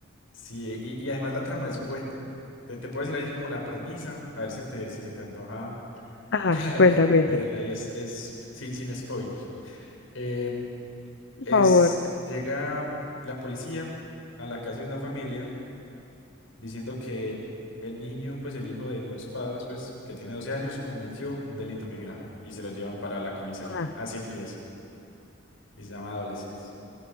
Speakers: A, on the left (about 80°); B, on the left (about 65°).
A: sí, y, y además la trama es buena. Te, te puedo decir ahí como la premisa, a ver si te, si se te antoja
B: Ajá,
A: <laughs>
B: cuenta, cuenta.
A: verla y es, es sin, sin spoiler. Em,
B: Por
A: es,
B: favor.
A: llega mm, la policía a la casa de una familia diciendo que el niño, pues el hijo de los padres, pues que tiene 12 años, cometió un delito muy grave y se lo llevan para la comisaría.
B: Ah,
A: Así empieza. Y se llama Adolescence.